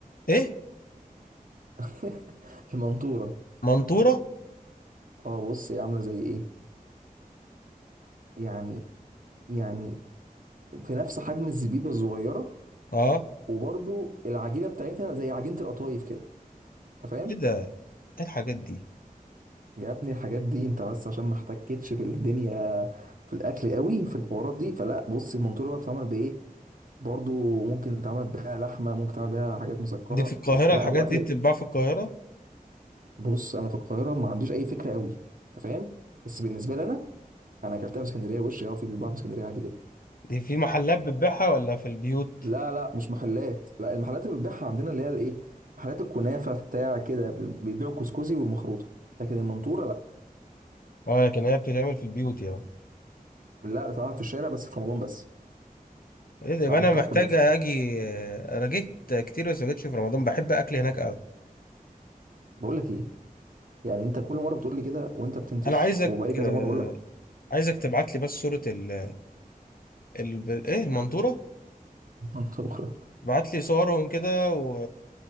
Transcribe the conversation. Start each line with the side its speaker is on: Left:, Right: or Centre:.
Left: ايه
Right: <laughs> المنطوره
Left: منطورة
Right: اه بص هي عامله زي ايه يعني يعني في نفس حجم الزبيبه الصغيره
Left: اه
Right: وبرضو العجينه بتاعتها زي عجينه القطايف كده انت فاهم
Left: ايه ده ايه الحاجات دي
Right: يا ابني الحاجات دي انت بس عشان ما احتكتش بالدنيا في الاكل قوي في الحوارات دي فلا بص المنطوره بقى بتتعمل بايه برضو ممكن تعمل بيها لحمه ممكن تعمل بيها حاجات مسكره
Left: دي في القاهرة
Right: يعني لا
Left: الحاجات
Right: هو اكل
Left: دي بتتباع في القاهرة
Right: بص انا في القاهره ما عنديش اي فكره قوي انت فاهم بس بالنسبه لي انا انا اكلتها في اسكندريه وش اه في بيتباع في اسكندريه عادي جدا
Left: دي في محلات بتبيعها ولا في البيوت
Right: لا لا مش محلات لا المحلات اللي بتبيعها عندنا اللي هي الايه محلات الكنافه بتاع كده بيبيعوا الكسكسي والمخروطه لكن المنطوره لا
Left: اه لكن هي بتتعمل في البيوت يعني
Right: لا بتتعمل في الشارع بس في رمضان بس
Left: ايه ده يبقى
Right: مع عند
Left: انا
Right: بتاع
Left: محتاج
Right: الكنافه
Left: اجي آه، انا جيت كتير بس ما جيتش في رمضان بحب اكل هناك قوي
Right: بقول لك ايه يعني انت كل مره بتقول لي كده وانت بتنتش
Left: انا عايزك
Right: وبقالي كذا
Left: آه،
Right: مره اقول لك
Left: عايزك تبعت لي بس صورة ال... ال... ايه المنطورة
Right: <laughs> منطوره
Left: بعت لي صورهم كده و